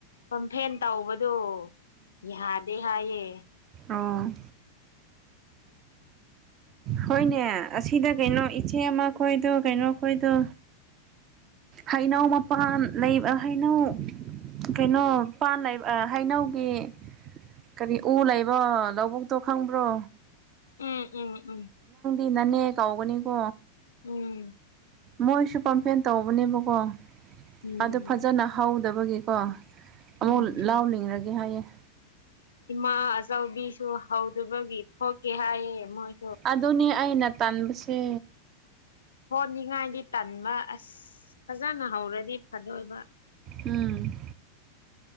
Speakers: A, on the left; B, on the right.
A: ꯀꯝꯐꯦꯟ ꯇꯧꯕꯗꯣ ꯌꯥꯗꯦ ꯍꯥꯏꯌꯦ
B: ꯑꯣꯣꯡ ꯍꯣꯏꯅꯦ ꯑꯁꯤꯗ ꯀꯩꯅꯣ ꯏꯆꯦ ꯑꯃ ꯈꯣꯏꯗꯣ ꯀꯩꯅꯣ ꯑꯩꯈꯣꯏꯗꯣ ꯍꯩꯅꯧ ꯃꯄꯥꯟ ꯂꯩꯕ ꯍꯩꯅꯧ ꯀꯩꯅꯣ ꯄꯥꯟ ꯍꯩꯅꯧꯒꯤ ꯀꯔꯤ ꯎ ꯂꯩꯕ ꯂꯧꯕꯨꯛꯇꯣ ꯈꯪꯕ꯭ꯔꯣ
A: ꯎꯝ ꯎꯝ ꯎꯝ
B: ꯏꯅꯅꯦ ꯀꯥꯎꯒꯅꯤꯀꯣ
A: ꯎꯝ
B: ꯃꯣꯏꯁꯨ ꯀꯝꯄ꯭ꯂꯦꯟ ꯇꯧꯕꯅꯦꯕꯀꯣ
A: ꯎꯝ
B: ꯑꯗꯨ ꯐꯖꯅ ꯍꯧꯗꯕꯒꯤꯀꯣ ꯑꯃꯨꯛ
A: ꯎꯝ
B: ꯂꯥꯎꯅꯤꯡꯔꯒꯦ ꯍꯥꯏꯌꯦꯦ
A: ꯏꯃꯥ ꯑꯆꯧꯕꯤꯁꯨ ꯍꯧꯗꯕꯒꯤ ꯊꯣꯛꯀꯦ ꯍꯥꯏꯌꯦ ꯃꯣꯏ
B: ꯑꯗꯨꯅꯦ ꯑꯩꯅ ꯇꯥꯟꯕꯁꯦ
A: ꯍꯣꯠꯅꯤꯡꯉꯥꯏꯗꯤ ꯇꯟꯕ ꯑꯁ ꯐꯖꯅ ꯍꯧꯔꯗꯤ ꯐꯗꯣꯏꯕ
B: ꯎꯝ